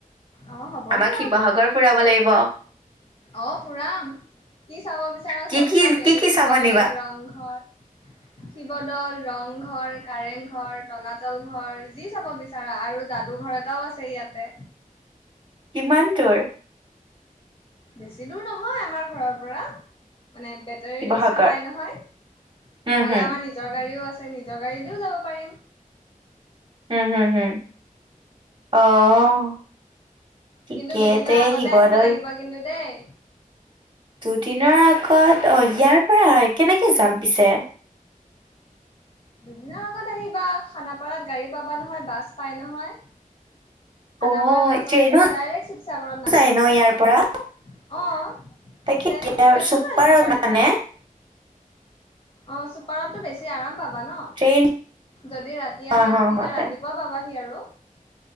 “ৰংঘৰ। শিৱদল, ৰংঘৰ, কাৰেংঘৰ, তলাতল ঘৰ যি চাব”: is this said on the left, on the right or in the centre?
Left